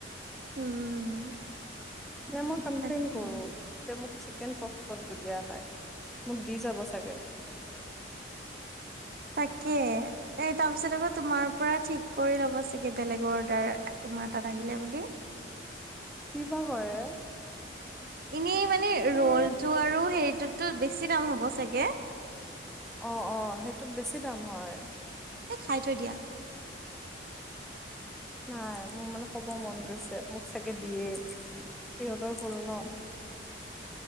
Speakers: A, on the right; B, in the centre.
A: উম।
B: নে মই কমপ্লেইন্ট
A: তাকে
B: কৰো? যে মোক চিকেন পপকনটো দিয়া নাই, মোক দি যাব চাগে।
A: তাকে। এ তাৰ পিছত আকৌ তোমাৰ পৰা ঠিক কৰি ল'ব চাগে, বেলেগৰ অৰ্ডাৰ তোমাৰ তাত আহিলে বুলি।
B: কিবা কৰে?
A: এনেই মানে ৰলটো
B: এ
A: আৰু হেৰিটোতো বেছি দাম হ'ব চাগে?
B: অ', অ', সেইটোত বেছি দাম হয়।
A: এ খাই থৈ দিয়া।
B: নাই মোৰ মানে ক'ব মন গৈছে, মোক চাগে দিয়ে। সিহঁতৰ ভুল নহ।